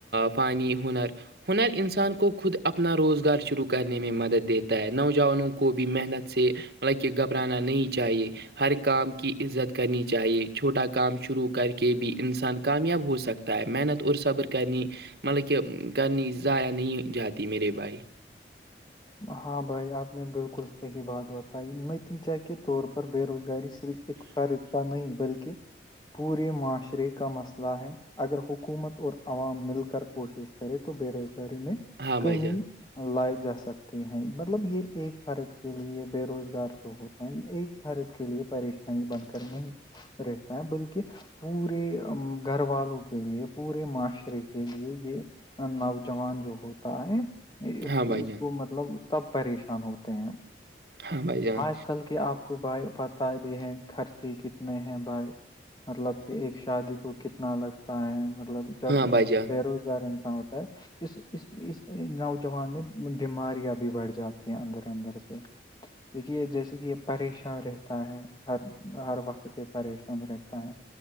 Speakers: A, on the right (about 60°); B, on the left (about 25°).
A: فانی ہنر ہنر انسان کو خود اپنا روزگار شروع کرنے میں مدد دیتا ہے نوجوانوں کو بھی محنت سے حالانکہ گھبرانا نہیں چاہیے ہر کام کی عزت کرنی چاہیے چھوٹا کام شروع کر کے بھی انسان کامیاب ہو سکتا ہے محنت اور صبر کرنی مطلب کہ کرنی ضائع نہیں جاتی میرے بھائی
B: ہاں بھائی آپ نے بالکل صحیح بات بتائی نتیجہ کے طور پر بے روزگاری سے صرف ایک فرض کا نہیں بلکہ پورے معاشرے کا مسئلہ ہے اگر حکومت اور عوام مل کر کوشش کرے تو بے روزگاری میں
A: ہاں
B: کمی
A: بھائی جان
B: لائے جا سکتا ہیں مطلب یہ ایک فرد کے لیے یہ بے روزگار جو ہوتا ہے ایک فرد کے لیے پریشان بن کر نہیں رہتا ہے بلکہ پورے گھر والوں کے لیے پورے معاشرے کے لیے یہ نوجوان جو ہوتا ہے اس
A: ہاں
B: کو
A: بھائی
B: اس
A: جان
B: کو مطلب سب پریشان ہوتے ہیں
A: ہاں بھائی جان
B: آج کل کے آپ کو بائے پ پت بھی ہے خرچے کتنے ہیں بھائی مطلب کہ ایک شادی کو کتنا لگتا ہے مطلب جب
A: ہاں بھائی جان
B: بے روزگار انسان ہوتا ہے اس اس اس نوجوان میں بیماریاں بھی بڑھ جاتی ہیں اندر اندر سے دیکھیے جیسے کہ یہ پریشان رہتا ہے ہر ہر وقت یہ پریشان رہتا ہے